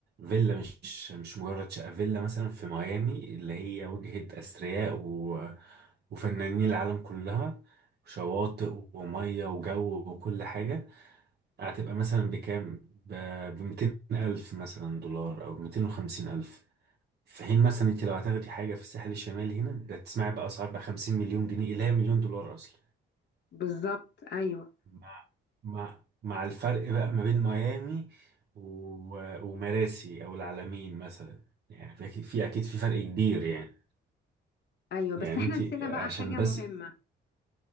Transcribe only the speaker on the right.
فيلا مش مش مجرد شقه فيلا مثلا في ميامي اللي هي وجهه اثرياء و... وفنانين العالم كلها شواطئ وميه وجو وكل حاجه هتبقى مثلا بكام ب 200 الف مثلا دولار او 250 الف في حين مثلا انت لو هتاخدي حاجه في الساحل الشمالي هنا ده تسمعي بقى اسعار بقى 50 مليون جنيه اللي هي مليون دولار اصلا
مع مع مع الفرق بقى ما بين ميامي و... ومراسي او العلمين مثلا يعني في أكيد- في اكيد في فرق كبير يعني
يعني
انت
عشان
بس